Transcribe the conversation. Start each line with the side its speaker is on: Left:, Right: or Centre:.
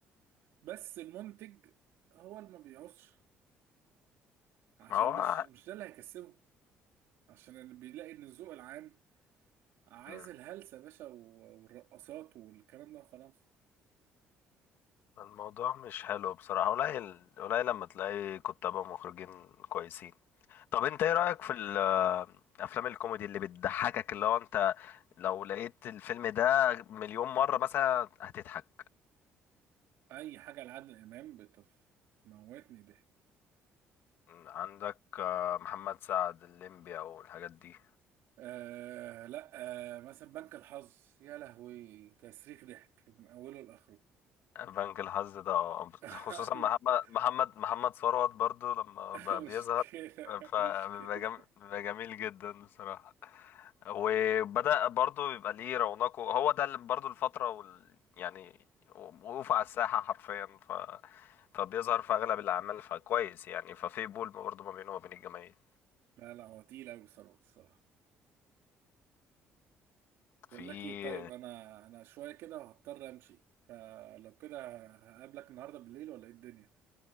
Right: بس المنتج هو اللي ما بيعوزش عشان
Left: هو
Right: مش مش ده اللي هيكسبه عشان اللي بيلاقي ان الذوق العام عايز
Left: مم.
Right: الهلسه يا باشا و- والرقصات والكلام ده وخلاص
Left: الموضوع مش حلو بصراحة قليل قليل لما تلاقي كتاب ومخرجين كويسين طب انت ايه رأيك في ال- آه، افلام الكوميدي اللي بتضحكك اللي هو انت لو لقيت الفيلم ده مليون مرة مثلا هتضحك
Right: اي حاجه لعادل امام بتموتني ضحك
Left: عندك آه، محمد سعد الليمبي او الحاجات دي
Right: آه لا آه مثلا بنك الحظ يا لهوي تسريخ ضحك من اوله لاخره
Left: بنك الحظ ده اه
Right: <laughs>
Left: خصوصا محمد محمد محمد ثروت برضو لما بقى
Right: مشكله
Left: بيظهر فبيبقى
Right: مشكله
Left: جم... بيبقى جميل جدا بصراحة وبدأ برضو يبقى ليه رونقه هو ده اللي برضو الفترة وال... يعني وقوف على الساحة حرفيا فبيظهر في اغلب الاعمال فكويس يعني ففي بول برضه ما بينه وما بين الجماهير
Right: لا لا هو تقيل قوي الصراحه الصراحة. بقول
Left: في
Right: لك ايه طيب انا انا شويه كده هضطر امشي فلو كده هقابلك النهارده بالليل ولا ايه الدنيا